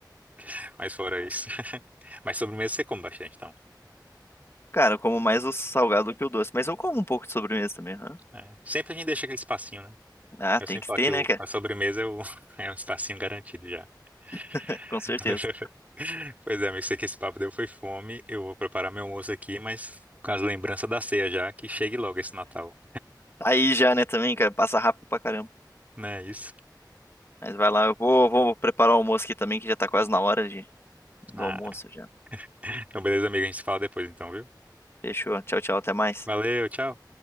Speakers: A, on the right (about 20°); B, on the left (about 35°).
A: <laughs> mas fora isso. <laughs> Mas sobremesa você come bastante, então.
B: Cara, eu como mais o salgado do que o doce, mas eu como um pouco de sobremesa também, aham.
A: É. Sempre a gente deixa aquele espacinho, né?
B: Ah,
A: Eu
B: tem
A: sempre
B: que
A: falo
B: ter,
A: que
B: né,
A: o-
B: cara?
A: a sobremesa é, o- <laughs> é um espacinho garantido já.
B: <laughs>
A: <laughs>
B: Com certeza.
A: Pois é, amigo, sei que esse papo deu foi fome. Eu vou preparar meu almoço aqui, mas com as lembranças da ceia já, que chegue logo esse Natal.
B: Aí já, né, também, cara, passa rápido pra caramba.
A: Não é isso?
B: Mas vai lá, eu vou, vou preparar o almoço aqui também, que já tá quase na hora de, do
A: Ah,
B: almoço já.
A: então, beleza, amigo, a gente se fala depois, então, viu?
B: Fechou. Tchau, tchau, até mais.
A: Valeu, tchau.